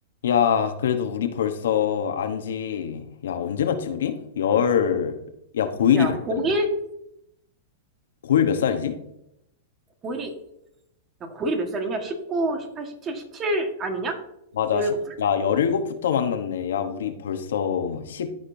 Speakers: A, on the left (about 75°); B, on the right (about 30°).
A: 야, 그래도 우리 벌써 안지, 야, 언제 봤지, 우리? 열, 야, 고1이
B: 야,
A: 몇
B: 고1?
A: 살이냐? 고1 몇 살이지?
B: 고일이 야, 고일이 몇 살이냐? 19, 18, 17, 17 아니냐?
A: 맞아,
B: 17살?
A: 10, 야, 일곱부터 만났네. 야, 우리 벌써 10,